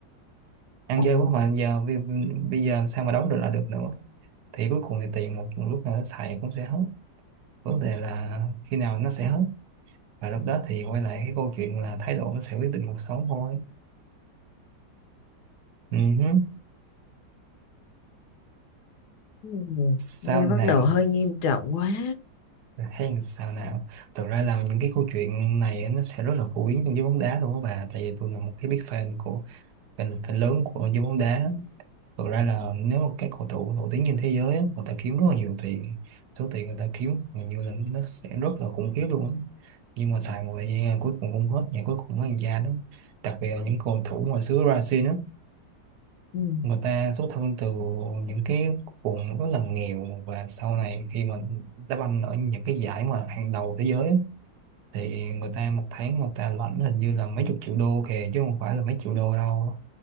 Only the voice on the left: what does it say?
Ồ,
ừm,
nghe
bắt đầu hơi nghiêm trọng quá.
Ừm,